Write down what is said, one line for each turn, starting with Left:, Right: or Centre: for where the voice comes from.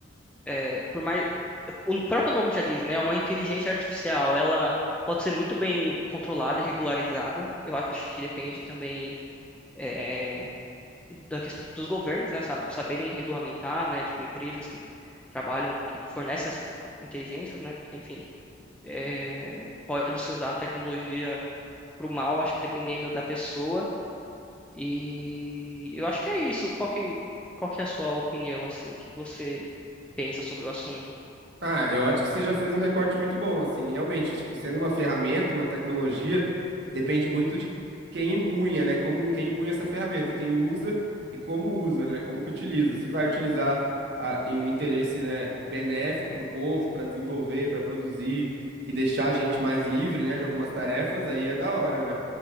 Centre: é, por mais, o próprio nome já diz, né? É uma inteligência artificial. Ela pode ser muito bem controlada e regularizada. Eu acho que depende também é, da ques- dos governos, né? sab- Saberem regulamentar, né? Tipo, empresas que trabalham, que fornecem essas inteligências, né? Porque, enfim, é, pode-se usar a tecnologia para o mal, acho que dependendo da pessoa. E eu acho que é isso. Qual que, qual que é a sua opinião, assim? O que que você pensa sobre o assunto?
Right: Ah, eu acho que você já fez um recorte muito bom, assim, realmente, tipo, sendo uma ferramenta, uma tecnologia, depende muito de quem empunha, né? Como quem empunha essa ferramenta, quem usa e como usa, né? Como que utiliza. Se vai utilizar ah, em um interesse, né, benéfico para o povo, para desenvolver, para produzir e deixar a gente mais livre, né, de algumas tarefas, aí é da hora, né?